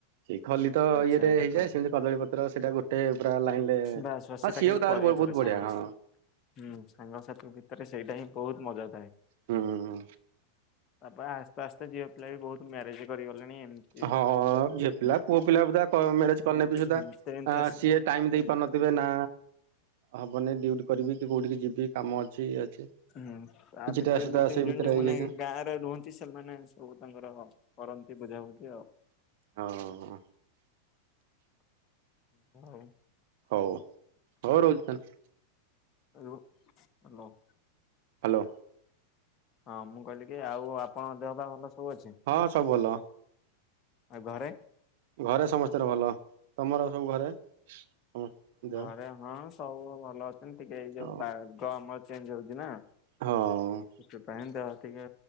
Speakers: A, on the right; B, on the left.
A: ସେଇ ଖଲି ତ
B: ଆଚ୍ଛା
A: ଇଏରେ
B: ଏଇଟା
A: ହେଇଯାଏ
B: କଣ?
A: ସେମିତି କଦଳୀ ପତ୍ର ସେଇଟା ଗୋଟେ ପୁରା ଲାଇନରେ
B: ବାସ୍ ବାସ୍
A: ହଁ
B: ସେଟା
A: ସିଏ
B: କିନ୍ତୁ
A: ତାର
B: କରିବା
A: ବହୁତ ବହୁତ
B: ଥରେ ସାଙ୍ଗ
A: ବଢିଆ ହଁ ହଁ।
B: ହୁଁ ସାଙ୍ଗସାଥି ଭିତରେ ସେଇଟା ହିଁ ବହୁତ ମଜା ଥାଏ।
A: ହୁଁ।
B: ତାପରେ ଆସ୍ତେ ଆସ୍ତେ ଝିଅ ପିଲା ବି ବହୁତ ମ୍ୟାରେଜ କରିଗଲେଣି ଏମତି
A: ହଁ ଝିଅ ପିଲା ପୁଅ ପିଲା ବଧା ମ୍ୟାରେଜ କଲେ ବି ସୁଦ୍ଧା
B: ହୁଁ ଟେନ୍ଥ ଆସି
A: ସିଏ ଟାଇମ
B: ଟେନ୍ଥ
A: ଦେଇ ପାରୁନଥିବେ ନା ହବନି ଡିଉଟି କରିବି କି କୋଉଠିକି ଯିବି କାମ ଅଛି। ଇଏ ଅଛି।
B: ହୁଁ ତା
A: କିଛିଟା
B: ଭିତରେ
A: ସୁଧା
B: ଯୋଉ ତିନି
A: ସେଇ ଭିତରେ
B: ଜଣ ଯୋଉ
A: ହେଇଯାଇଛି
B: ମାନେ ଗାଁରେ ରୁହନ୍ତି ସେମାନେ ସବୁ ତାଙ୍କର କରନ୍ତି ବୁଝାବୁଝି ଆଉ
A: ହଁ।
B: ହଉ।
A: ହଉ ହଉ ରହୁଚି ତାନେ
B: ହାଲୋ ମାଲୋ।
A: ହାଲୋ।
B: ହଁ ମୁଁ କହିଲି କି ଆଉ ଆପଣ ଦେହ ପା ଭଲ ସବୁ ଅଛି?
A: ହଁ ସବୁ ଭଲ।
B: ଆଉ ଘରେ।
A: ଘରେ ସମସ୍ତେର ଭଲ ତମର ସବୁ ଘରେ? ସମସ୍ତ ଦେହ
B: ଘରେ ହଁ ସବୁ ଭଲ ଅଛନ୍ତି ଟିକେ ଏଇ ଯୋଉ
A: ହଁ
B: ପାଗ ଆମର ଚେଞ୍ଜ ହଉଛି ନା।
A: ହଁ।
B: ସେଥିପାଇଁ ତ ଟିକେ